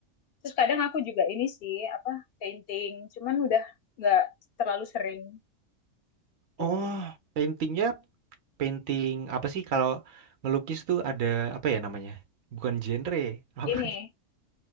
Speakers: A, on the left; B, on the right.
A: Terus kadang aku juga ini sih, apa, painting. Cuman udah nggak terlalu sering tuh.
B: Oh, paintingnya painting apa sih kalau ngelukis tuh ada apa ya namanya? Bukan genre, <laughs> apa
A: Ini